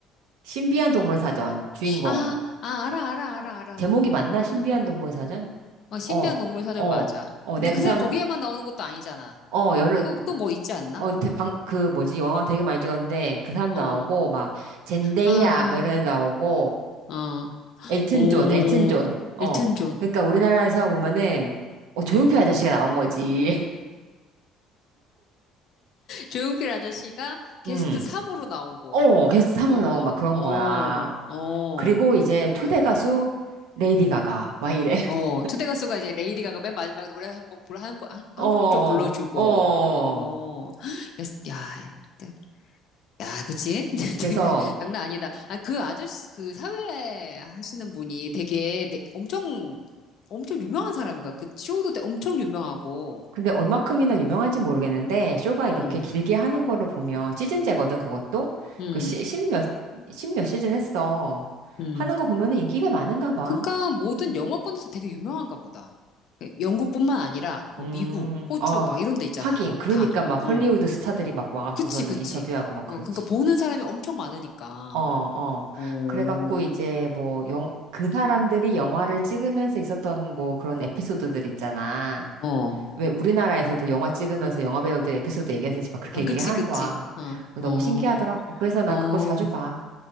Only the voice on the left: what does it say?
아, 아, 알아, 알아, 알아, 알아.
아,
어, 신비한
동물 사전
맞아.
근데
그
사람 거기에만 나오는 것도 아니잖아.
또, 또 뭐 있지 않나?
어,
아,
어,
오,
엘튼 존.
음.
조용필 아저씨가 게스트
3으로 나오고,
어,
어,
어,
음.
어, 초대 가수가 이제 레이디 가가 맨 마지막에 노래 한번 불, 한국, 한, 한국
좀 불러주고,
어, <gasps> 야, 야, 야, 그치? <laughs>
그 장난 아니다. 아, 그 아저씨, 그 사회 하시는 분이 되게 내- 엄청, 엄청 유명한 사람인가? 그 쇼도 되- 엄청 유명하고,
어,
음,
음.
그러니까 모든
영어권에서 되게 유명한가 보다. 영국뿐만 아니라, 뭐
미국, 호주,
막 이런 데 있잖아.
다.
어.
그치, 그치.
어,
그러니까 보는 사람이 엄청 많으니까.
어,
어,
어,
그치, 그치.
어,
어,
어.